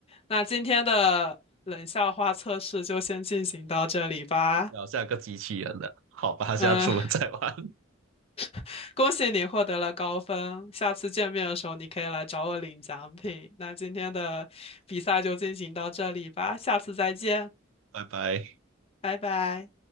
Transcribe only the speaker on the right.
聊下个机器人了，好吧，下次我们再玩。
拜拜。